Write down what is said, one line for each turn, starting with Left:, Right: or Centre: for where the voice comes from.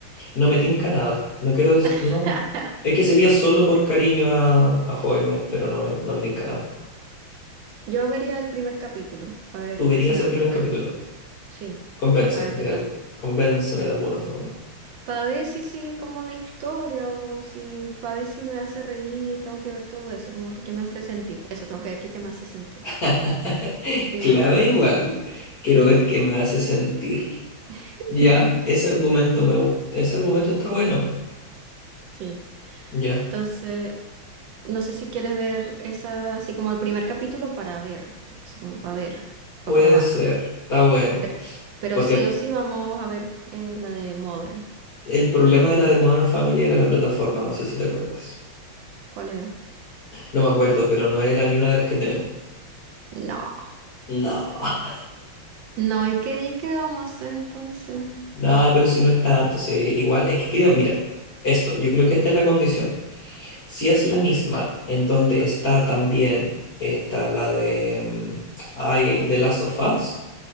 Left: No me tinca nada. No quiero des-
Right: <laughs>
Left: No. Es que sería solo por cariño a, a Hoymet, pero no me, no me tinca nada.
Right: Yo vería el primer capítulo, a ver
Left: Tú verías
Right: si me
Left: el
Right: gusta.
Left: primer capítulo.
Right: Sí,
Left: Convénceme
Right: para ver qué
Left: de
Right: tal.
Left: algo. Convénceme de alguna forma.
Right: Para ver si sigue como la historia o si, para ver si me hace reír, tengo que ver todo eso, como que qué me hace sentir. Eso, tengo que ver qué, qué me hace sentir.
Left: <laughs>
Right: Primero,
Left: Clave igual. Quiero
Right: sí.
Left: ver qué me hace sentir.
Right: <laughs>
Left: Ya, ese argumento me gusta. Ese argumento está bueno.
Right: Sí.
Left: Ya.
Right: Entonces, no sé si quieres ver esa, así como el primer capítulo para ver, así como para ver, para
Left: Puede
Right: probar.
Left: ser. Está bueno.
Right: Pero, pero
Left: Porque
Right: sí o sí vamos a ver eh, la de Modern.
Left: El problema de la de Modern Family era la plataforma, no sé si te acuerdas.
Right: ¿Cuál era?
Left: No me acuerdo, pero no era ni una de las que tenemos.
Right: No,
Left: No, <laughs>
Right: no, ¿y qué, y qué vamos a hacer entonces?
Left: no, pero si no es tanto, sí, igual, es que creo, mira, esto, yo creo que esta es la condición. Si es la misma en donde está también, está la de, mm, ay, The Last of Us,